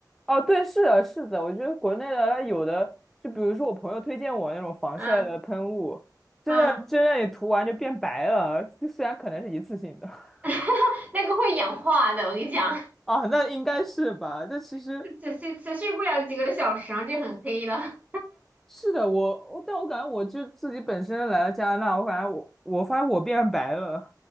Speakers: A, in the centre; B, on the right (about 20°).
A: 哦，对，是的，是的，我觉得国内的它有的，就比如说我朋友推荐我那种防晒的喷雾，
B: 嗯
A: 真的真的你涂完就变白了，
B: 嗯，
A: 就虽然可能是一次性的。
B: <laughs> 那个会氧化的，我跟你讲，
A: <laughs> 啊，那应该是吧？但其实
B: <laughs> 只是持续不了几个小时，啊，就很黑了。
A: 是的，我，我但我感觉我就自己本身来了加拿大，我感觉我我发现我变白了。